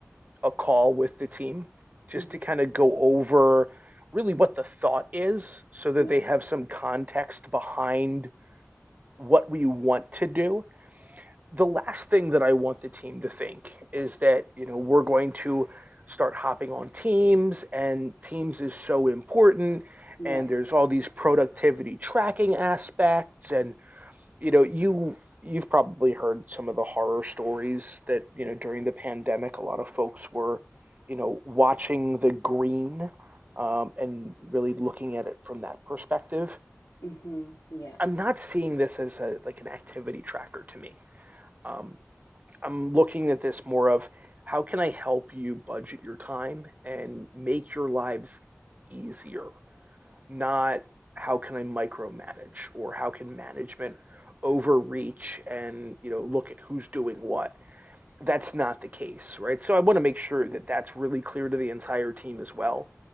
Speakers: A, on the right (about 30°); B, on the left (about 85°).
A: a call with the team just
B: Mhm.
A: to kind of go over really what the thought is so that
B: Yeah.
A: they have some context behind what we want to do the last thing that I want the team to think is that, you know, we're going to start hopping on teams and teams is so important
B: Yeah.
A: and there's all these productivity tracking aspects and you know, you you've probably heard some of the horror stories that, you know, during the pandemic a lot of folks were, you know, watching the green um, and really looking at it from that perspective.
B: hmm Yeah.
A: I'm not seeing this as a like an activity tracker to me. Um, I'm looking at this more of how can I help you budget your time and make your lives easier, not how can I micromanage or how can management overreach and you know look at who's doing what. That's not the case, right? So I want to make sure that that's really clear to the entire team as well,